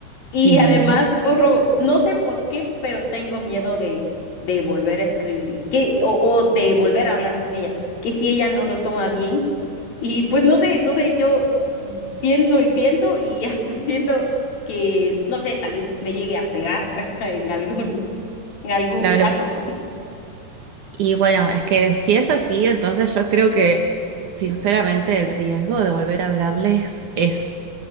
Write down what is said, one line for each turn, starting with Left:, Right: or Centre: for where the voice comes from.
Left: Y
Right: y
Left: además corro, no sé por qué, pero tengo miedo de, de volver a escribirle, que, o, o de volver a hablar con ella, que si ella no lo toma bien, y pues no sé, no sé, yo si- pienso y pienso y <laughs> hasta siento que, no sé, tal vez me llegue a pegar <laughs> en algún, en algún
Right: claro,
Left: caso.
Right: y bueno, es que si es así, entonces yo creo que sinceramente el riesgo de volver a hablarles es